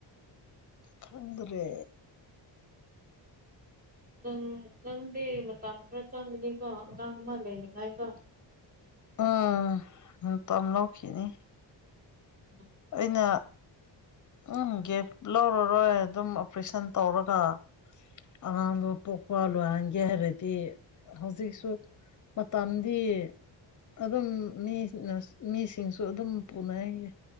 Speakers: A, on the left (about 40°); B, on the right (about 20°).
A: ꯈꯗ꯭ꯔꯦ
B: ꯅꯪ ꯅꯪꯗꯤ ꯃꯇꯝ ꯈꯔ ꯆꯪꯒꯅꯤꯀꯣ ꯑꯉꯥꯡ ꯑꯃ ꯂꯩꯅꯤꯡꯉꯥꯏꯀꯣ
A: ꯎꯝ ꯇꯝ ꯂꯧꯥꯎꯈꯤꯅꯤ
B: ꯎꯝ
A: ꯑꯩꯅ ꯎꯝ ꯒꯤꯒꯦꯐ ꯂꯧꯔꯔꯣꯏ ꯑꯗꯨꯝ ꯑꯣꯄꯔꯦꯁꯟ ꯇꯧꯔꯒ ꯑꯉꯥꯡꯗꯨ ꯄꯣꯛꯄ ꯂꯣꯏꯍꯟꯒꯦ ꯍꯥꯏꯔꯗꯤ ꯍꯧꯖꯤꯛꯁꯨ ꯃꯇꯝꯗꯤ ꯑꯗꯨꯝ ꯃꯤꯅ ꯃꯤꯁꯤꯡꯁꯨ ꯑꯗꯨꯝ ꯄꯨꯅꯩꯌꯦ